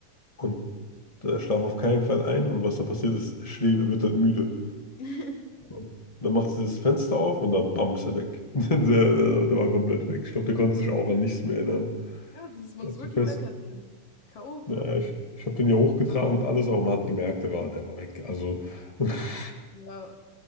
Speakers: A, on the left; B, on the left.
A: und äh, schlaf auf keinen Fall ein. Und was dann passiert ist, er schläft, er wird dann müde.
B: <laughs>
A: Und dann macht sie das Fenster auf und dann bam, ist er weg. <laughs> Der, der, der war komplett weg. Ich glaube, der konnte sich auch an nichts mehr erinnern.
B: Ja, das ist, man
A: Der
B: ist
A: ist
B: wirklich
A: so fest.
B: weg als Kind. K.O.
A: Naja, ich, ich habe den ja hochgetragen und alles, aber man hat gemerkt, der war, der war weg. Also, <laughs>
B: Ja,